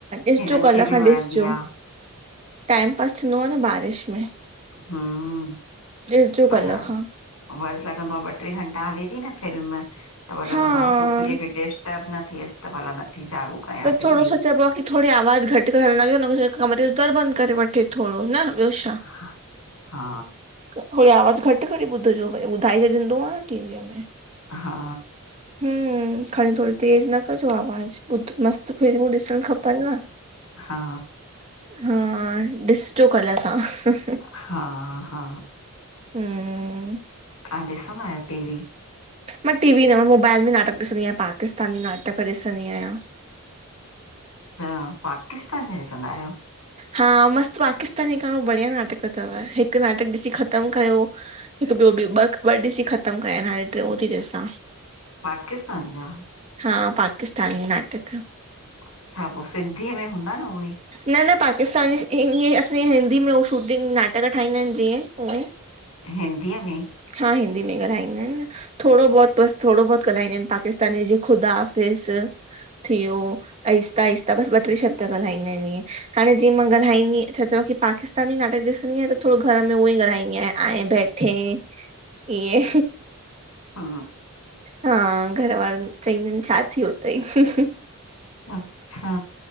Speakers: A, on the right; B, on the left.
A: ॾिसजो
B: हिननि
A: कल्ह
B: खे बि
A: खां
B: वणंदी
A: ॾिसजो।
B: आ
A: टाइम पास थींदो आहे न बारिश में
B: हम्म
A: ॾिसजो
B: पर
A: कल्ह खां
B: वरी लॻंदो आहे ॿ टे घंटा हले थी न फिल्म त वरी
A: हा
B: लॻंदो आहे छोकिरीअ खे टेस्ट ब न स त भला न चालू <unintelligible>
A: थोरो
B: टीवी
A: सो चवबो आ कि थोरी आवाज घटि करे हलण लॻियो न कमरे जो दर बंदि करे वठे थोरो न ॿियो छा
B: हा हा
A: थोरी आवाज घटि करे ॿुधजो भ ई ॿुधाइ त ॾींदो आहे न टीवीअ में
B: हा
A: हम खणी थोरी तेज न कजो आवाज ॿुध मस्त फिल्मूं ॾिसण खपनि न
B: हा
A: हा ॾिसजो कल्ह तव्हां
B: हा हा
A: हम्म।
B: तव्हां ॾिसंदा आहियो टीवी
A: मां टी वी न मां मोबाइल में नाटक ॾिसंदी आहियां पाकिस्तानी नाटक ॾिसंदी आहियां
B: अच्छा पाकिस्तानी ॾिसंदा आहियो
A: हा मस्तु पाकिस्तानी खयो बढ़िया नाटक अथव हिकु नाटक ॾिसी ख़तमु कयो हिकु ॿियो बि ॿ ॿ ॾिसी ख़तम कया आहिन हाणे टियो थी ॾिसां
B: पाकिस्तान जा
A: हा पाकिस्तानी नाटक
B: अच्छा पोइ सिंधीअ में हूंदा न उहे
A: न न पाकिस्तानी ईअं असां हिंदी में उ शूटिंग नाटक ठाहींदा आहिन जीअं उअं
B: हिंदीअ में
A: हा हिंदी में ॻाल्हाईंदा आहिन थोरो बहुोत बसि थोरो बहुत ॻाल्हाईंदा आहिन पाकिस्तानी जीअ ख़ुदाफ़िस थियो आहिस्ता आहिस्ता बसि ॿ टे शब्द ॻाल्हाईंदा आहिन इएंं हाणे जीअं मां ॻाल्हाईंदी छा चयो पाकिस्तानी नाटक ॾिसंदी आहियां त थोरो घर में उअ ई ॻाल्हाईंदी आहियां ऐं बैट <unintelligible> हे इये
B: हा
A: हा घर वारनि चवंदानि छा थियो अथई
B: अच्छा